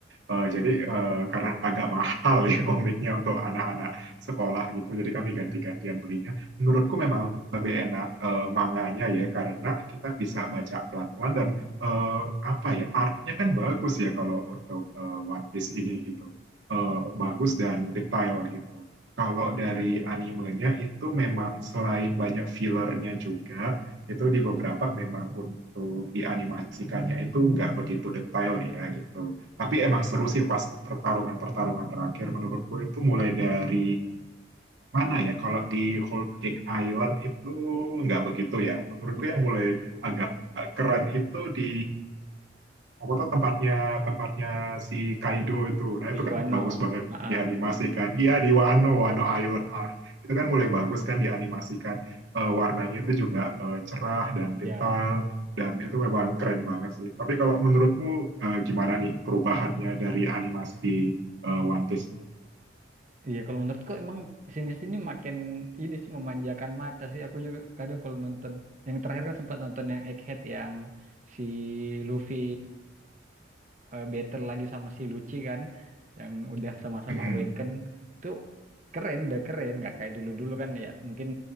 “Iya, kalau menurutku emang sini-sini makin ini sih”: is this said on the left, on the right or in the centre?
Right